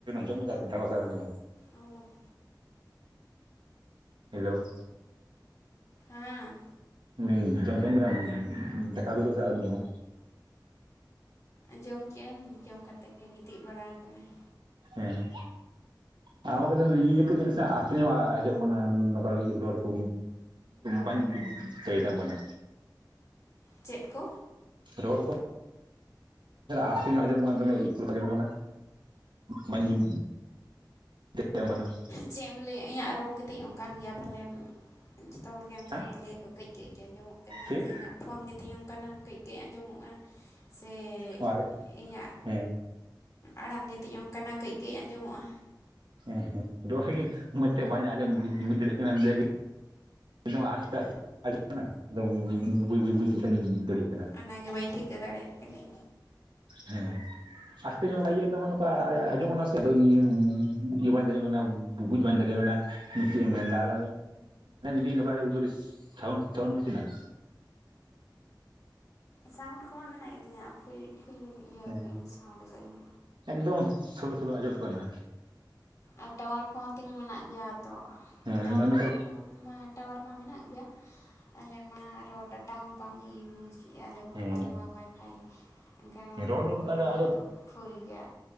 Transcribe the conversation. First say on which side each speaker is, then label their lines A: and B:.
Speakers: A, on the right; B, on the left.
A: ᱡᱚᱢ ᱠᱤᱫᱟ ᱫᱟᱠᱟ ᱠᱚ ᱥᱮ ᱟᱹᱣᱨᱤᱢ ᱡᱚᱢᱟ
B: ᱚᱸ <unintelligible>
A: ᱦᱮᱞᱳ
B: ᱦᱮᱸ
A: ᱢᱮᱱᱫᱤᱧ ᱡᱚᱢ ᱠᱮᱫᱟᱢ ᱫᱟᱠᱟ ᱠᱩᱫᱳ ᱥᱮ ᱟᱹᱣᱨᱤᱢ ᱡᱚᱢᱟ
B: ᱡᱚᱢ ᱠᱮᱜᱼᱟᱹᱧ ᱡᱚᱢ ᱠᱟᱛᱮᱫ ᱜᱮ ᱜᱤᱛᱤᱡ ᱵᱟᱲᱟ ᱟᱠᱟᱱᱟᱹᱧ
A: ᱦᱮᱸ ᱦᱮᱸ <unintelligible> ᱛᱤᱱᱟᱹᱜ ᱟᱸᱡᱚᱢᱚᱜ ᱠᱟᱱᱟ ᱱᱚᱝᱠᱟ ᱨᱚᱲ ᱠᱚ ᱵᱟᱹᱧ ᱵᱩᱡ ᱫᱟᱲᱮᱭᱟᱛᱟᱢ ᱠᱟᱱᱟ
B: ᱪᱮᱫ ᱠᱚ
A: ᱨᱚᱲ ᱠᱚ ᱟᱥᱛᱮ ᱧᱳᱜ ᱟᱸᱡᱚᱢᱚᱜ ᱠᱟᱱᱟ ᱫᱚᱢᱮ ᱜᱩᱞ ᱟᱸᱡᱚᱢᱚᱜ ᱠᱟᱱᱟ ᱵᱟᱹᱧ ᱵᱩᱡ <unintelligible>
B: ᱪᱮᱫ ᱮᱢ ᱞᱟᱹᱭᱟ ᱤᱧᱟᱹᱜ ᱨᱚᱲ ᱜᱮᱛᱤᱧ ᱚᱱᱠᱟᱱ ᱜᱮᱭᱟ ᱯᱟᱞᱮᱱ ᱡᱚᱛᱚ ᱦᱚᱲᱜᱮ ᱚᱱᱠᱟ
A: ᱦᱮᱸ
B: ᱠᱩ ᱞᱟᱹᱭᱟᱠᱚ ᱠᱟᱹᱡ ᱠᱟᱹᱡ ᱜᱮ ᱟᱸᱡᱚᱢᱚᱜ ᱠᱟᱱᱟᱭ
A: ᱪᱮᱫ
B: ᱥᱮ ᱤᱧᱟᱹᱜᱼᱼ ᱯᱷᱳᱱ ᱜᱮᱛᱤᱧ ᱚᱱᱠᱟᱱᱟ ᱠᱟᱹᱡ ᱠᱟᱹᱡ ᱟᱸᱡᱚᱢᱚᱜᱼᱟ ᱥᱮ
A: ᱚᱲᱟᱜ ᱨᱮ
B: ᱤᱧᱟᱜ
A: ᱦᱮᱸ
B: ᱟᱲᱟᱝ ᱜᱮᱛᱤᱧ ᱚᱱᱠᱟᱱᱟᱜ ᱠᱟᱹᱡ ᱠᱟᱹᱡ ᱟᱸᱡᱚᱢᱚᱜᱼᱟ
A: ᱦᱮᱸ ᱦᱮᱸ ᱫᱩ ᱥᱮᱜᱮ ᱢᱚᱡᱽ ᱛᱮ ᱵᱟᱧ ᱟᱸᱡᱚᱢ ᱵᱩᱡ ᱵᱩᱡ ᱫᱟᱲᱮᱭᱟᱜ ᱠᱟᱱᱟ ᱼᱼ ᱱᱚᱣᱟ ᱟᱥᱛᱮ ᱟᱥᱛᱮ ᱟᱡᱩᱜ ᱠᱟᱱᱟ ᱟᱫᱚ ᱵᱩᱡᱽ <unintelligible> ᱫᱟᱲᱮᱭᱟᱜ ᱠᱟᱱᱟ
B: ᱚᱱᱟᱜᱮ ᱵᱟᱹᱧ ᱴᱷᱤᱠᱟᱹ ᱫᱟᱲᱮᱭᱟᱜ ᱠᱟᱹᱱᱟᱹᱧ
A: ᱦᱮᱸ ᱟᱥᱛᱮ ᱧᱚᱜ ᱤᱭᱟᱹ ᱫᱚ ᱱᱚᱝᱠᱟ ᱟᱸᱡᱚᱢᱚᱜ ᱠᱟᱱᱟ ᱥᱮ ᱟᱫᱚ ᱤᱭᱟᱹ ᱤᱭᱟᱹ ᱵᱟᱹᱧ ᱫᱟᱲᱮᱣᱟᱱᱟ ᱵᱩᱡ ᱵᱟᱹᱧ ᱫᱟᱲᱮ ᱣᱟᱱᱟ ᱪᱮᱫ ᱤᱧ ᱢᱮᱱᱫᱟ ᱟᱨ ᱡᱤ ᱱᱚᱝᱠᱟ ᱜᱮ ᱡᱩᱫᱤ ᱥᱟᱣᱩᱱ ᱥᱟᱣᱩᱱ ᱢᱮᱥᱮ ᱱᱟᱜ
B: ᱥᱟᱣᱩᱱᱰ ᱠᱚᱢᱟ ᱢᱮᱱᱟᱜ ᱜᱮ ᱛᱤᱧᱟ ᱯᱷᱩᱞ ᱯᱷᱩᱞᱢᱩᱱ ᱤᱭᱟᱹ
A: ᱦᱮᱸ
B: ᱠᱟᱜ ᱟᱹᱧ ᱥᱟᱣᱩᱱᱰ ᱟᱠᱟᱜᱼᱟᱹᱧ
A: ᱮᱠᱫᱚᱢ ᱥᱳᱞᱳ ᱥᱳᱞᱳ ᱟᱸᱡᱚᱢᱚᱜ ᱠᱟᱱᱟ
B: ᱟᱨ ᱴᱟᱣᱟᱨ ᱠᱚᱦᱚᱸ ᱛᱤᱧ ᱢᱮᱱᱟᱜ ᱜᱮᱭᱟ ᱛᱚ
A: ᱦᱮᱸ
B: ᱴᱟᱣᱟᱨ
A: ᱱᱚᱝᱠᱟ
B: ᱢᱚᱛᱞᱚᱵᱽ ᱢᱟ ᱴᱟᱣᱟᱨ ᱢᱟ ᱢᱮᱱᱟᱜ ᱜᱮᱭᱟ ᱟᱞᱮ ᱢᱟ ᱟᱨᱦᱚᱸ ᱰᱟᱴᱟ ᱦᱚᱸ ᱵᱟᱝ ᱤᱭᱩᱡᱽ ᱠᱮᱜᱼᱟᱞᱮ ᱟᱞᱮᱢᱟ ᱵᱚᱨᱚᱝ
A: ᱦᱮᱸ
B: ᱣᱟᱭᱯᱷᱟᱭ ᱮᱱᱠᱷᱟᱱ
A: ᱨᱚᱲ ᱫᱚ ᱱᱚᱝᱠᱟ
B: ᱯᱩᱨᱟᱹ
A: ᱫᱚ ᱟᱫᱚ
B: ᱯᱷᱩᱞ ᱜᱮᱭᱟ